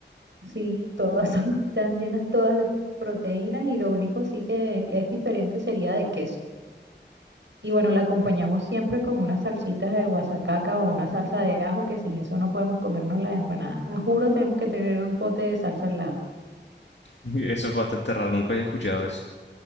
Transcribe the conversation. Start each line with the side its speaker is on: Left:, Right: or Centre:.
Right: sí, todas <laughs> son, están llenas todas de proteínas y lo único sí que es diferente sería de queso. Y bueno, la acompañamos siempre con unas salsitas de guasacaca o una salsa de ajo, que sin eso no podemos comernos las empanadas. A juro, tenemos que tener un pote de salsa al lado.
Left: <laughs> Eso es bastante raro, nunca había escuchado eso.